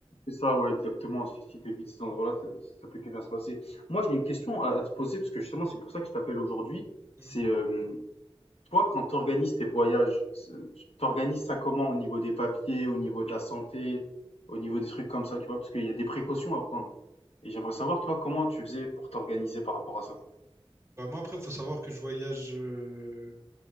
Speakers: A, on the left; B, on the right.
A: c'est ça, ouais, exactement. Si, si t'évites ces endroits-là, ça, ça peut que bien se passer. Moi, j'ai une question à, à te poser, parce que justement, c'est pour ça que je t'appelle aujourd'hui.
B: Mm.
A: C'est euh, Toi, quand tu organises tes voyages, c'est- tu organises ça comment au niveau des papiers, au niveau de la santé, au niveau des trucs comme ça, tu vois, parce qu'il y a des précautions à prendre. Et j'aimerais savoir, toi, comment tu faisais pour t'organiser par rapport à ça.
B: Bah moi après, faut savoir que je voyage. euh,